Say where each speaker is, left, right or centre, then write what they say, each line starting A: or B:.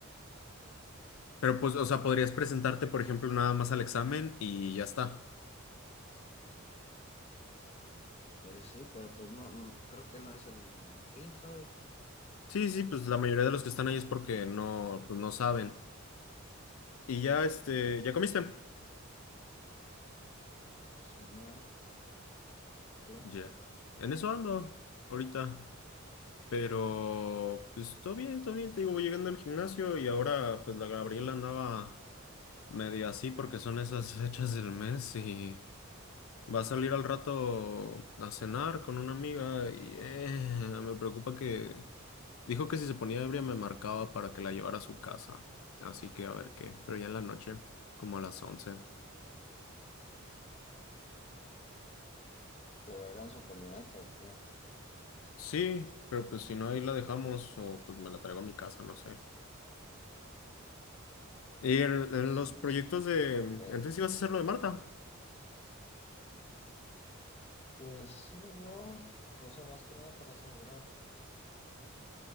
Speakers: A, on the left (about 70°); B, on the left (about 30°).
A: Pero, pues, o sea, podrías presentarte, por ejemplo, nada más al examen y ya está.
B: Pues sí, pero pues no, no- creo que no es el fin, ¿sabes?
A: Sí, sí, pues la mayoría de los que están ahí es porque no, pues, no saben. Y ya, este,
B: Simón,
A: ¿ya comiste?
B: Simón, ¿tú
A: Ya. En eso ando ahorita. Pero, pues, todo bien, todo bien. Te digo, voy llegando al gimnasio y ahora, pues, la Gabriela andaba. Medio así porque son esas fechas del mes y va a salir al rato a cenar con una amiga y eh, me preocupa que dijo que si se ponía ebria me marcaba para que la llevara a su casa. Así que a ver qué, pero ya en la noche, como a las once
B: te va a ir en su camioneta o qué?
A: Sí, pero pues si no ahí la dejamos o pues me la traigo a mi casa, no sé. Y en,
B: Pues
A: en
B: sí,
A: los proyectos
B: es el
A: de...
B: pedo.
A: Entonces ibas a hacer lo de Marta.
B: Pues sí, no, o sea, más que nada para asegurar.